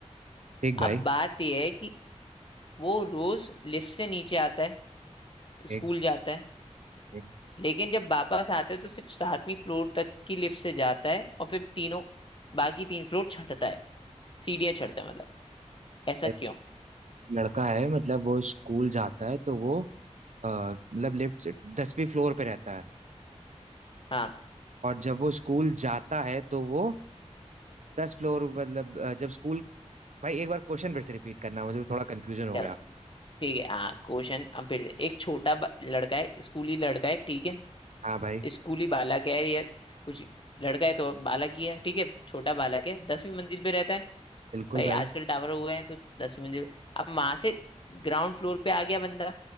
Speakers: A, on the right; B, on the left.
A: ठीक भाई
B: अब बात यह है कि वो रोज लिफ्ट से नीचे आता है स्कूल
A: ठीक
B: जाता है
A: ठीक
B: लेकिन जब वापस आता है तो सिर्फ सातवीं फ्लोर तक की लिफ्ट से जाता है और फिर तीनों बाकी तीन फ्लोर चढ़ता है सीढ़ियां चढ़ता है मतलब
A: अच्छा
B: ऐसा
A: एक
B: क्यों
A: लड़का है मतलब वो स्कूल जाता है तो वो अ, मतलब लिफ्ट दसवीं फ्लोर पे रहता है
B: हाँ
A: और जब वो स्कूल जाता है तो वो दस फ्लोर मतलब अ, जब स्कूल भाई एक बार क्वेश्चन फिर से रिपीट करना मुझे थोड़ा कंफ्यूजन हो
B: चलो
A: गया
B: ठीक है हाँ क्वेश्चन हम फिर से एक छोटा ब- लड़का है स्कूली लड़का है ठीक है
A: हाँ भाई
B: स्कूली बालक है या कुछ लड़का है तो बालक ही है ठीक है छोटा बालक है दसवीं मंजिल पे रहता है
A: बिल्कुल
B: भाई
A: भाई
B: आजकल टावर हुए हैं तो दसवीं मंजिल अब वहां से ग्राउंड फ्लोर पे आ गया बंदा